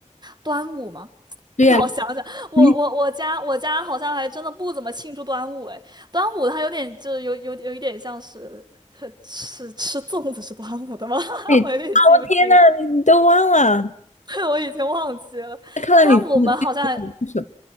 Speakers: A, on the right; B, on the left.
A: 端午嘛。
B: 对呀。
A: 让我想想，我我我家我家好像还真的不怎么庆祝端午哎，
B: 你
A: 端午它有点就有有有一点像是呵吃吃粽子是端午的吗？<laughs>
B: 你啊，
A: 我有点记不清了，
B: 我天呐，你你都忘了？
A: <laughs> 我已经忘记了。
B: 那看来你真的
A: 端午我们好像还
B: 是什